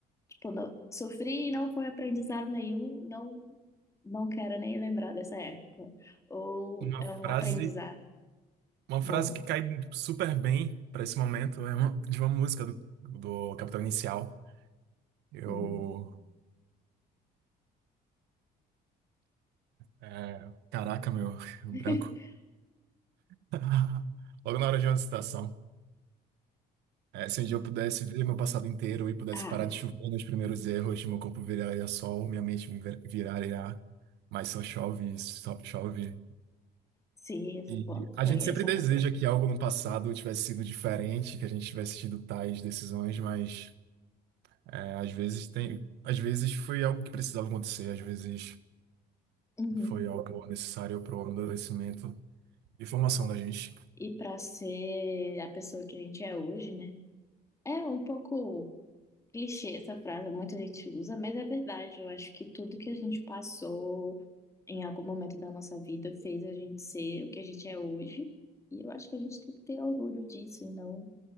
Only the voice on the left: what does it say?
tipo, não, sofri e não foi aprendizado nenhum, não, não quero nem lembrar dessa época. Ou
é
um aprendizado
bom.
Uhum.
<laughs>
Ah,
sim, essa,
pô,
conheço
a música.
Uhum.
E pra ser a pessoa que a gente é hoje, né? É um pouco clichê essa frase, muita gente usa, mas é verdade. Eu acho que tudo que a gente passou em algum momento da nossa vida fez a gente ser o que a gente é hoje. E eu acho que a gente tem que ter orgulho disso e não,